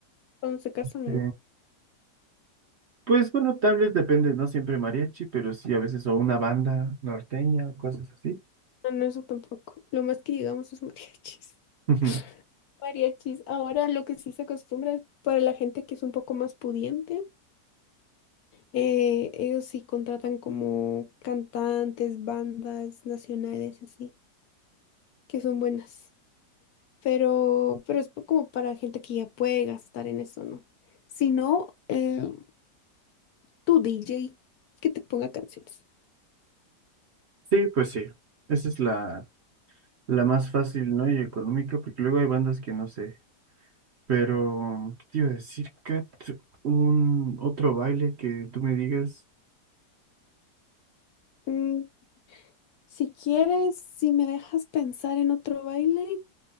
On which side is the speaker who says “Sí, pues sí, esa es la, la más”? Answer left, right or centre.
Right